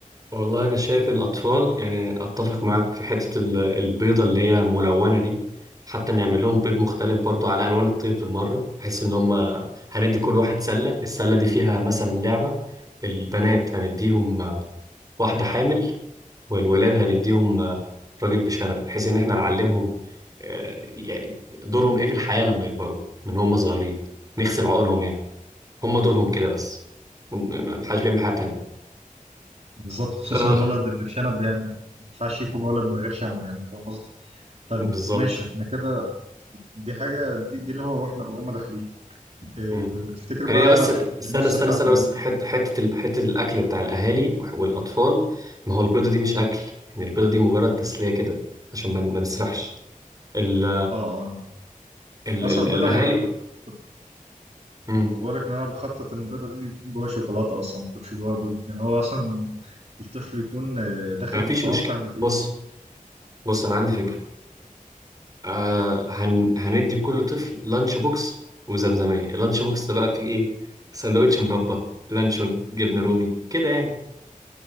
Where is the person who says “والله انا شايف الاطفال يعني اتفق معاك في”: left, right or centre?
Right